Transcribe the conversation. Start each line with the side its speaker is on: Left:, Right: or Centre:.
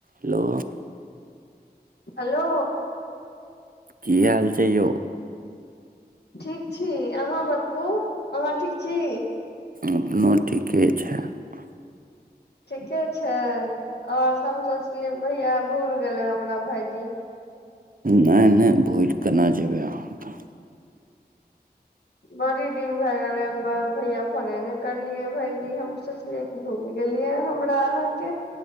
Right: Hello
Left: hello
Right: की हाल छैक यौ
Left: ठीक छी अहाँ बतबू अहाँ ठीक छी
Right: अपनो ठीके छैक
Left: ठीके छै ओर हम सोचलियै भैया भूल गेलय हमरा भाइजी
Right: नहि नहि भुइल केना जेबय हम त
Left: बड़ी दिन भए गेलै भैया फोने नहि करलियै भायजी हम सोचलियै कि भूलि गेलियै हमरा आहाँ के